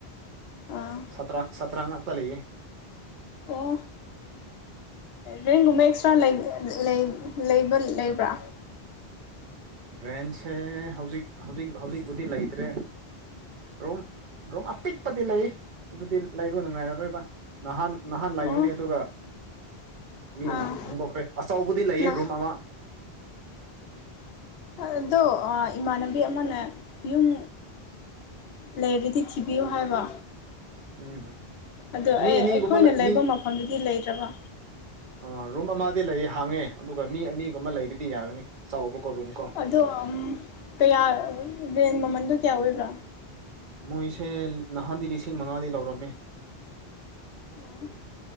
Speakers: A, on the left; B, on the right.
A: ꯑꯥ
B: ꯁꯇ꯭ꯔ ꯁꯇ꯭ꯔ ꯉꯥꯛꯇ ꯂꯩꯌꯦ꯫
A: ꯑꯣ ꯔꯦꯟꯒꯨꯝꯕ ꯑꯦꯛꯁꯇ꯭ꯔꯥ ꯂꯩꯕ ꯂꯩꯕ ꯂꯩꯕ꯭ꯔꯥ?
B: ꯔꯦꯟꯁꯦ ꯍꯧꯖꯤꯛ ꯍꯧꯖꯤꯛ ꯍꯧꯖꯤꯛꯄꯨꯗꯤ ꯂꯩꯇ꯭ꯔꯦ ꯔꯨꯝ ꯔꯨꯝ ꯑꯄꯤꯛꯄꯗꯤ ꯂꯩꯌꯦ꯫ ꯑꯗꯨꯗꯤ ꯂꯩꯕ ꯅꯨꯡꯉꯥꯏꯔꯔꯣꯏꯕ ꯅꯍꯥꯟ ꯅꯍꯥꯟ ꯂꯩꯒꯅꯤ
A: ꯑꯣ
B: ꯑꯗꯨꯒ ꯃꯤꯅ
A: ꯑꯥ
B: ꯍꯣꯡꯗꯣꯛꯈ꯭ꯔꯦ ꯑꯆꯧꯕꯗꯤ ꯂꯩꯌꯦ
A: ꯅ
B: ꯔꯨꯝ ꯑꯃ꯫
A: ꯑꯗꯣ ꯏꯃꯥꯟꯅꯕꯤ ꯑꯃꯅ ꯌꯨꯝ ꯂꯩꯔꯗꯤ ꯊꯤꯕꯤꯌꯨ ꯍꯥꯏꯕ꯫
B: ꯎꯝ
A: ꯑꯗꯣ
B: ꯃꯤ
A: ꯑꯦ
B: ꯑꯅꯤꯒꯨꯝꯕ
A: ꯑꯩꯈꯣꯏꯅ
B: ꯂꯩ
A: ꯂꯩꯕ
B: ꯃꯤ
A: ꯃꯐꯝꯗꯨꯗꯤ ꯂꯩꯇ꯭ꯔꯕ꯫
B: ꯑ ꯔꯨꯝ ꯑꯃꯗꯤ ꯂꯩꯌꯦ ꯍꯥꯡꯉꯦ ꯑꯗꯨꯒ ꯃꯤ ꯑꯅꯤꯒꯨꯝꯕ ꯂꯩꯔꯗꯤ ꯌꯥꯒꯅꯤ ꯆꯥꯎꯕꯀꯣ ꯔꯨꯝ ꯀꯣ꯫
A: ꯑꯗꯣ ꯀꯌꯥ ꯔꯦꯟ ꯃꯃꯟꯗꯣ ꯀꯌꯥ ꯑꯣꯏꯕ꯭ꯔꯥ?
B: ꯃꯣꯏꯁꯦ ꯅꯍꯥꯟꯗꯤ ꯂꯤꯁꯤꯡ ꯃꯉꯥꯗꯤ ꯂꯧꯔꯝꯃꯦ꯫
A: ꯑꯣ꯫